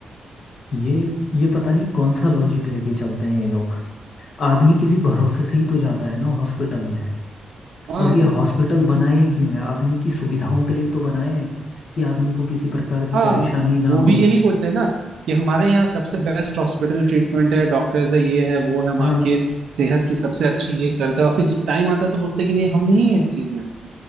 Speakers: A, on the left; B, on the right.
A: ये ये पता नहीं कौन सा लॉजिक लेके चलते हैं ये लोग आदमी किसी भरोसे से ही तो जाता है ना हॉस्पिटल में
B: हाँ
A: और ये हॉस्पिटल बनाए क्यों है आदमी की सुविधाओं के लिए तो बनाए हैं कि आदमी को किसी प्रकार की
B: हाँ
A: परेशानी ना
B: वो
A: हो
B: भी यही बोलते हैं ना कि हमारे यहाँ सबसे बेस्ट हॉस्पिटल ट्रीटमेंट है डॉक्टर्स है ये है वो है हम
A: हाँ
B: आपके सेहत की सबसे अच्छी ये करते हैं और फिर जब टाइम आता है तो बोलते हैं कि नहीं हम नहीं है इस चीज में